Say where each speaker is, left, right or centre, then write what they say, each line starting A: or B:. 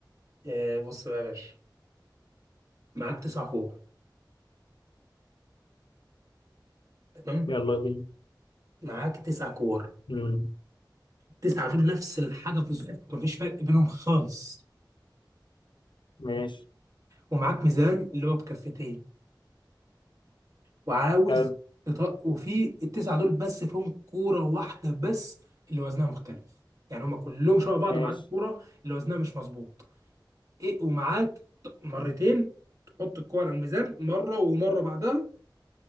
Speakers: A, on the right (about 45°); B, on the left (about 80°).
A: آه، بص بقى يا باشا معاك تسع كور تمام
B: يلا بينا
A: معاك تسع كور
B: مم.
A: تسعة دول نفس الحاجة بالظبط مفيش فرق بينهم خالص
B: ماشي
A: ومعاك ميزان اللي هو بكفتين وعاوز
B: حلو
A: تط... وفي التسعه دول بس فيهم كوره واحده بس اللي وزنها مختلف يعني هما كلهم شبه بعض
B: ماشي
A: ما عدا الكوره اللي وزنها مش مظبوط ايه ومعاك ط- مرتين تحط الكوره على الميزان مره ومره بعدها